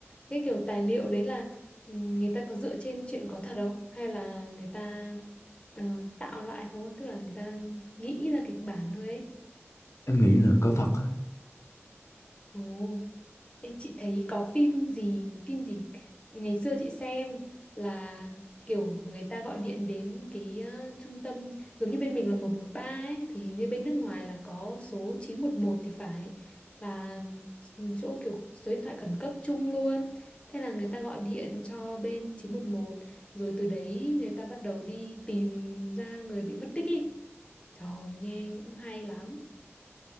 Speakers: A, on the left; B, on the left.
A: cái kiểu tài liệu đấy là ừ, người ta có dựa trên chuyện có thật không hay là người ta ờ, tạo lại thôi tức là người ta nghĩ ra kịch bản thôi ấy.
B: em nghĩ là có thật á
A: Ồ. Ê, chị thấy có phim gì phim gì ngày xưa chị xem là kiểu người ta gọi điện đến cái ờ, trung tâm giống như bên mình là 113 ấy thì hình như bên nước ngoài là có số 911 thì phải là chỗ kiểu số điện thoại khẩn cấp chung luôn. Thế là người ta gọi điện cho bên chín một một rồi từ đấy người ta bắt đầu đi tìm ra người bị mất tích ý. Trời ơi, nghe cũng hay lắm.